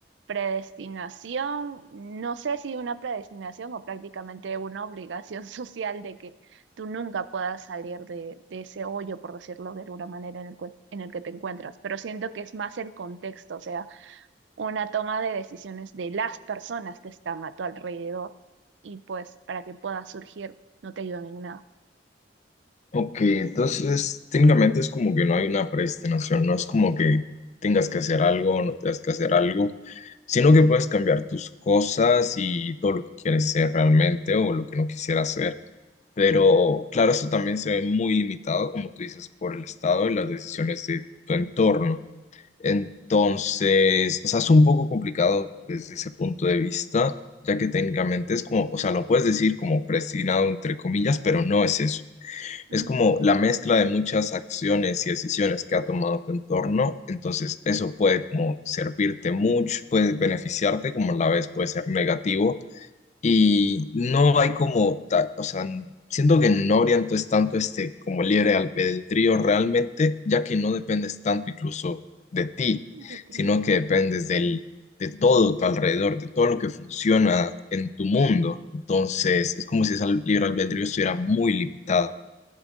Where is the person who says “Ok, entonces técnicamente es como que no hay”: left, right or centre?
Left